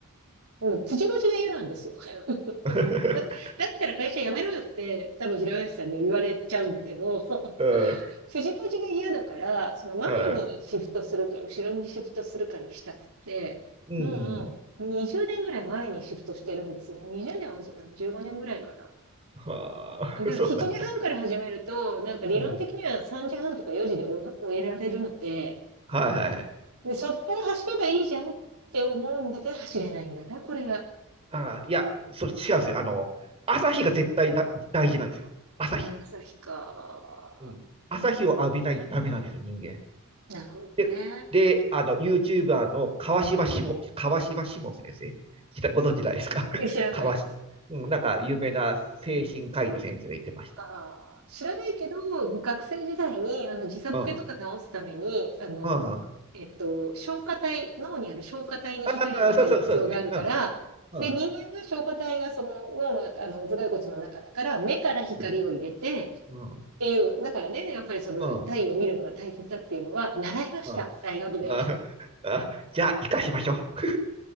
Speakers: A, on the right; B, on the right.
A: もう、口々が嫌なんですよ。<laughs>
B: <laughs>
A: だ、だったら会社辞めろよって、多分平林さんには言われちゃうんだけど、
B: うん。
A: 藤子が嫌だから、その前にシフトするか、
B: はい
A: 後ろにシフトするかにしたくて、
B: うん。
A: もう20年ぐらい前にシフトしてるんですね。
B: うんうん。
A: 20年は遅かない、15年ぐらいかな。
B: はあ、
A: だから7時半から始めると、
B: <laughs> そうなんだ。
A: なんか理論的には3時半とか4時で終えられるので、
B: うん。はいはいはい。
A: で、そっから走ればいいじゃんって思うんだけど、走れないんだな、これが。
B: ああいや、それ違うんですよ。あの、朝日が絶対だ大事なんですよ。朝日。
A: うん朝日か。
B: うん。朝日を浴びないとダメなんですよ、人間。
A: なるほどね。
B: で、で、あの、YouTuber の川島しも、川島しも先生、知らご存知ないですか <laughs>
A: え知らないです。
B: 川し、うん、なんか有名な精神科医の先生が言ってました。
A: ああ、知らないけど、学生時代に、あの、時差ボケとか直すために、
B: うん。うん、
A: あの、
B: うん。
A: えっと、消化体、脳にある消化体に光を当てる必要があるから、
B: あ、そうそう、そうですね。う
A: で、
B: ん、うん、
A: 人間は消化体がその脳の、あの、頭蓋骨の中だから、目から光を入れて、
B: うん、うん、
A: っていう、だからね、やっぱりその太陽を見るのが大切だっていうのは、
B: うん、
A: 習いました。
B: うん。
A: 大学で。
B: ああじゃあ、生かしましょう。<laughs>